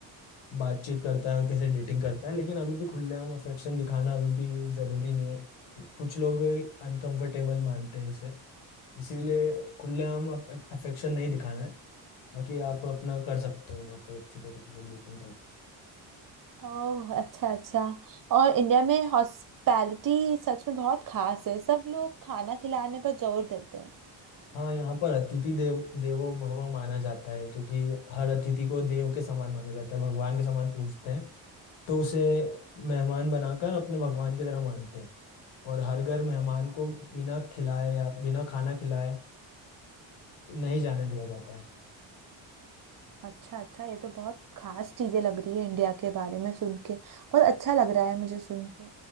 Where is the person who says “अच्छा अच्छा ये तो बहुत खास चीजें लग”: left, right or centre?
Right